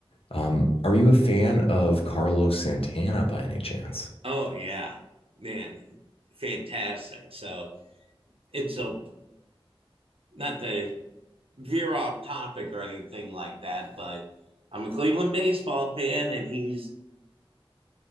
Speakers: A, on the left; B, on the right.
A: Um, are you a fan of Carlos Santana by any chance?
B: Oh, yeah. Man, fantastic. So, it's a not to veer off topic or anything like that, but I'm a Cleveland baseball fan, and he's